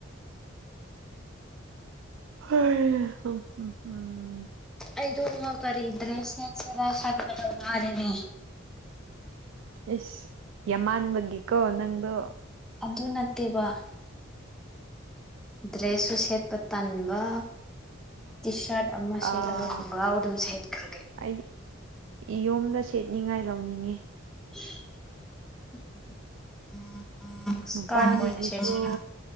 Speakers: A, on the right (about 70°); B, in the centre.
A: ꯍꯝ ꯍꯝ ꯍꯝ꯫
B: ꯑꯩꯗꯣ <unintelligible> ꯀꯔꯤ ꯗ꯭ꯔꯦꯁ ꯁꯦꯠꯁꯦꯔ ꯈꯟꯕꯗ ꯋꯥꯔꯤꯅꯦ꯫
A: ꯏꯁ ꯌꯃꯥꯟꯕꯒꯤ ꯀꯣ ꯅꯪꯗꯣ꯫
B: ꯑꯗꯨ ꯅꯠꯇꯦꯕ꯫ ꯗ꯭ꯔꯦꯁꯁꯨ ꯁꯦꯠꯄ ꯇꯟꯕ ꯇꯤ ꯁꯥꯔꯠ ꯑꯃ ꯁꯦꯠꯂꯒ
A: ꯑꯥ
B: ꯈꯣꯡꯒ꯭ꯔꯥꯎ ꯑꯗꯨꯝ ꯁꯦꯠꯈ꯭ꯔꯒꯦ꯫
A: ꯑꯩꯗꯤ ꯌꯨꯝꯗ ꯁꯦꯠꯅꯤꯡꯉꯥꯏ ꯂꯧꯅꯤꯡꯉꯦ꯫
B: <unintelligible> ꯏꯁꯀꯥꯔꯠ
A: ꯃꯄꯥꯟꯅꯒꯤꯁꯨ
B: ꯑꯣꯏꯅ ꯁꯦꯠꯁꯤꯔ